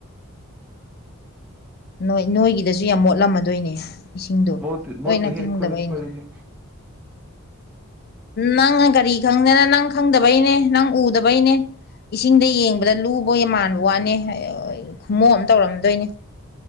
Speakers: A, on the left; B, in the centre.
A: ꯅꯣꯏ ꯅꯣꯏꯒꯤꯗꯁꯨ ꯌꯥꯝ ꯃꯣꯠꯂꯝꯃꯗꯣꯏꯅꯦ ꯏꯁꯤꯡꯗꯣ
B: ꯃꯣꯠꯇꯤ
A: ꯂꯣꯏꯅ
B: ꯃꯣꯠꯇꯦꯍꯦ
A: ꯈꯪꯗꯕ
B: ꯑꯩꯈꯣꯏ ꯑꯩꯈꯣꯏꯗꯗꯤ
A: ꯑꯅꯦ ꯅꯪꯅ ꯒꯥꯔꯤ ꯈꯪꯗꯦꯅ ꯅꯪ ꯈꯪꯗꯕꯩꯅꯦ ꯅꯪ ꯎꯗꯕꯩꯅꯦ ꯏꯁꯤꯡꯗ ꯌꯦꯡꯕꯗ ꯂꯨꯕꯧ ꯌꯥꯝ ꯃꯥꯟꯕ ꯋꯥꯅꯦ ꯈꯨꯝꯃꯣꯛ ꯑꯃ ꯇꯧꯔꯝꯗꯣꯏꯅꯦ